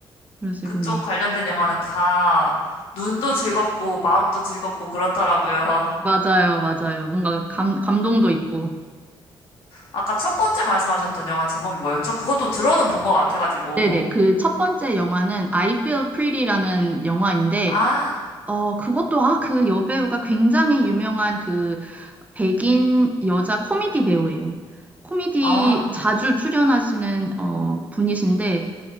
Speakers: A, on the right; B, on the left.
A: 그러시구나.
B: 그쪽 관련된 영화는 다 눈도 즐겁고, 마음도 즐겁고, 그렇더라고요.
A: 맞아요, 맞아요. 뭔가 감 감동도 있고.
B: 아까 첫 번째 말씀하셨던 영화 제목이 뭐였죠? 그것도 들어는 본 것 같아가지고.
A: 네네. 그 첫 번째 영화는 I Feel Pretty라는 영화인데,
B: 아,
A: 어, 그것도, 아, 그 여배우가 굉장히 유명한 그 백인 여자 코미디 배우예요. 코미디
B: 아,
A: 자주 출연하시는, 어, 분이신데,